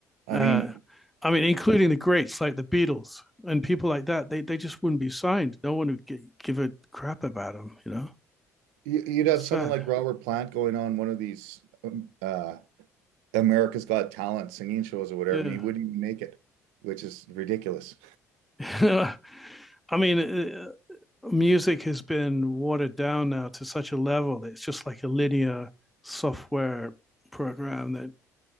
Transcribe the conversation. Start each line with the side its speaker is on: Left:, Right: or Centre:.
Right: I
Centre: uh,
Right: mean,
Centre: I mean, including the greats like the Beatles and people like that. They they just wouldn't be signed. No one would gi- give a crap about them, you know.
Right: y- you'd have
Centre: sad.
Right: someone like Robert Plant going on one of these um, uh, America's Got Talent singing shows or whatever,
Centre: Yeah.
Right: and he wouldn't even make it, which is ridiculous.
Centre: <laughs> I mean, uh, music has been watered down now to such a level. that It's just like a linear software program that